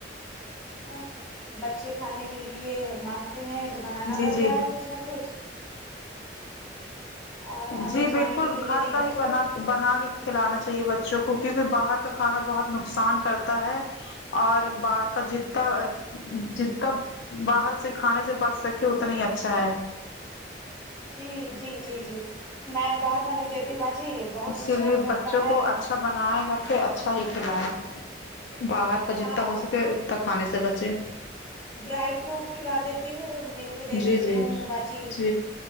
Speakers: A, on the left; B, on the left.
A: ا بچے کھانے کے لیے مانگتے ہیں تو بنانا
B: ہے جی
A: پڑتا
B: جی
A: ہے کچھ نہ کچھ اور ابھی
B: جی
A: جائیں
B: بالکل
A: گے لینے
B: گھر کا
A: بچوں
B: ہی بنا
A: کو
B: بنا کے کھلانا چاہیے بچوں کو کیونکہ باہر کا کھانا بہت نقصان کرتا ہے اور باہر کا جتتا جیتا باہر سے کھانے سے بچ سکے اتنا ہی اچھا ہے
A: جی جی جی جی میں باہر کا نہیں دیتی باجی بہت
B: اسی
A: نقصان
B: لیے
A: کرتا
B: بچوں کو
A: ہے
B: اچھا بنائے گھر پہ اچھا ہی کھلیں باہر کا جتنا
A: ہاں
B: ہو سکے تو کھانے سے بچے
A: ڈرائی فروٹ کھلا دیتی ہوں ملک دے
B: جی
A: دیتی
B: جی
A: ہوں باجی
B: جی